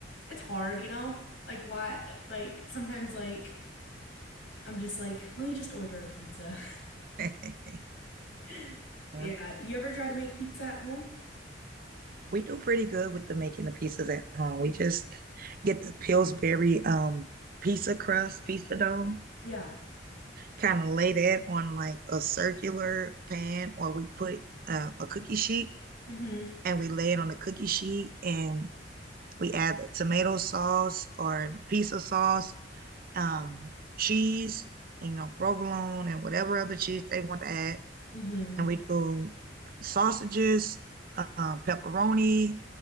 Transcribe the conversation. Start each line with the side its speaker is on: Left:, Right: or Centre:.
Left: it's hard, you know? Like why like sometimes like I'm just like, let me just order a pizza.
Right: <laughs>
Left: <laughs> Yeah.
Right: Yeah.
Left: You ever try to make pizza at home?
Right: We do pretty good with the making the pizzas at home. We just get the Pillsbury um pizza crust, pizza dough,
Left: Yeah.
Right: kind of lay that on like a circular pan or we put uh, a cookie sheet
Left: Mm-hmm.
Right: and we lay it on the cookie sheet and we add tomato sauce or piece of sauce, um, cheese, you know, provolone and whatever other cheese they want to add.
Left: Mm-hmm.
Right: And we do sausages, uh, pepperoni.